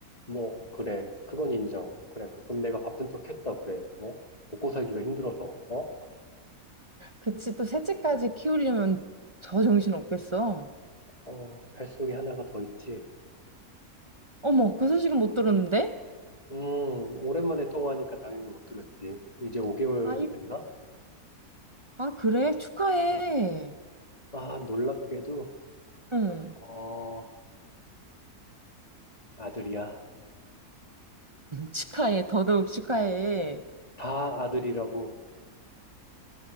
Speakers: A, on the left (about 25°); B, on the right (about 35°).
A: 뭐, 그래. 그건 인정. 그래. 가끔 내가 바쁜 척 했다. 그래. 어? 먹고 살기가 힘들어서. 어?
B: 그치 또 셋째까지 키우려면 저 정신 없겠어
A: 어, 뱃속에 하나가 더 있지.
B: 어머 그 소식은 못 들었는데
A: 음, 오랜만에 통화하니까 당연히 못 들었지. 이제 5개월
B: 아, 이-
A: 됐나?
B: 아 그래 축하해
A: 어. 아, 놀랍게도,
B: 응
A: 어, 아들이야.
B: 축하해 더더욱 축하해
A: 다 아들이라고.